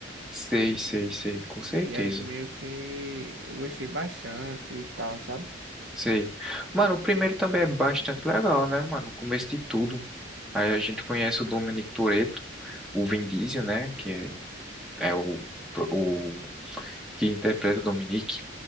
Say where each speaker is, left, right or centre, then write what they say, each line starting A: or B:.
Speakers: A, in the centre; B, on the right.
A: Sei, sei, sei, com certeza.
B: E aí meio que eu gostei bastante e tal, sabe?
A: Sei. Mano, o primeiro também é bastante legal, né, mano? O começo de tudo. Aí a gente conhece o Dominic Toretto, o Vin Diesel, né? Que é, é o, o que interpreta o Dominic.